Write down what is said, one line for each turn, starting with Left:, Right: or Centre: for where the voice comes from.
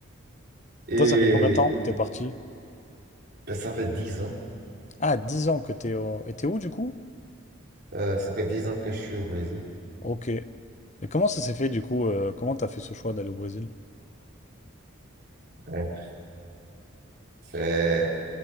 Right: Et
Left: Toi, ça fait combien de temps que t'es parti?
Right: ben, ça fait dix ans.
Left: Ah, 10 ans que t'es au... Et t'es où du coup?
Right: Euh, ça fait dix ans que je suis au Brésil.
Left: Ok. Et comment ça s'est fait du coup? euh, comment t'as fait ce choix d'aller au Brésil?
Right: Ouais. C'est-